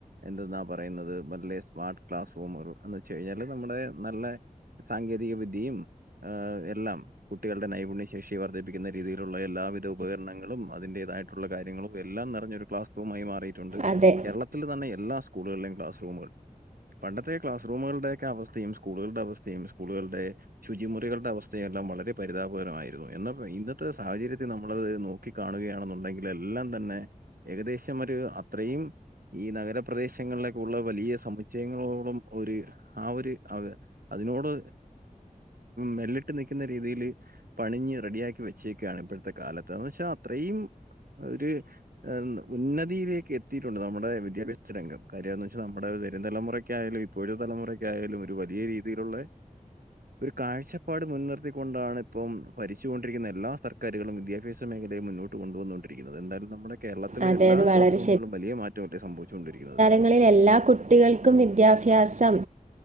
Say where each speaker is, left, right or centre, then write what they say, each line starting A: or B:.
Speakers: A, on the right; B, on the right.
A: എന്തെന്നാ പറയുന്നത് നല്ലേ സ്മാർട്ട് ക്ലാസ്റൂമുകൾ എന്ന് വെച്ച്ഴിഞ്ഞാല് നമ്മുടെ നല്ലേ സാങ്കേതിക വിദ്യയും ആഹ് എല്ലാം കുട്ടികളുടെ നൈപുണ്യ ശേഷി വർദ്ധിപ്പിക്കുന്നരീതിയിലുള്ള എല്ലാവിധ ഉപകരണങ്ങളും അതിന്റേതായിട്ടുള്ള കാര്യങ്ങളും എല്ലാം നിറഞ്ഞൊരു ക്ലാസ് റൂമായി മാറിയിട്ടുണ്ട്
B: അതെ
A: കേരള- ത്തിലന്നെ എല്ലാ സ്കൂളുകളിലെയും ക്ലാസ്റൂമുകൾ പണ്ടത്തെ ക്ലാസ്സ്റൂമുകളുടെക്കെ അവസ്ഥയും സ്കൂളുകൾടെ അവസ്ഥം സ്കൂളുകൾടെ ശുചിമുറികളുടെ അവസ്ഥയെല്ലാം വളരെ പരിതാപകരമായിരുന്നു എന്നപ്പ ഇന്നത്തെ സാഹചര്യത്തിൽ നമ്മളത് നോക്കി കാണുകയാണ് എന്നുണ്ടെങ്കില് എല്ലാം തന്നെ ഏകദേശം ഒരു അത്രയും ഈ നഗരപ്രദേശങ്ങളിലൊക്കെ ഉള്ള വലിയ സമുച്ചയങ്ങളോളം ഒരു ആഹ് ഒരു അതെ അതിനോട് മെല്ലിട്ട് നിക്കുന്ന രീതീല് പണിഞ്ഞ് റെഡിയാക്കി വെച്ചേക്കാണ് ഇപ്പഴത്തെ കാലത്ത് എന്ന് വെച്ചാ അത്രയും ഒരു എന്ന് ഉന്നതിയിലേക്ക് എത്തിയിട്ടുണ്ട് നമ്മുടെ വിദ്യാഭ്യാസ രംഗം കാര്യന്ന് വെച്ചാൽ നമ്മുടെ വരും തലമുറയ്ക്കായാലും പുതു തലമുറക്കായാലും ഒരു വലിയ രീതിയിലുള്ളെ ഒരു കാഴ്ചപ്പാട് മുൻനിർത്തിക്കൊണ്ടാണ് ഇപ്പം ഭരിച്ചുകൊണ്ടിരിക്കുന്ന എല്ലാ സർക്കാരുകളും വിദ്യാഭ്യാസ മേഖല യെ മുന്നോട്ട് കൊണ്ടുവന്നു കൊണ്ടിരിക്കുന്നത് എന്താലും നമ്മുടെ കേരളത്തിലെ
B: അതെ
A: എല്ലാ
B: അത് വളരെ
A: ക്ലാസ്റൂമുകളിലും വലിയ മാറ്റം അല്ലേ സംഭവിച്ചുകൊണ്ടിരിക്കുന്നത്
B: ങ്ങളിൽ എല്ലാ കുട്ടികൾക്കും വിദ്യാഭ്യാസം